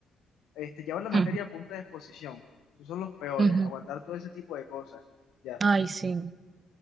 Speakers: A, on the left; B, on the right.
A: este, llevan la materia
B: ujú,
A: a punta de exposición. Esos son los peores,
B: ujú.
A: aguantar todo ese tipo de cosas. Ya,
B: Ay, sí.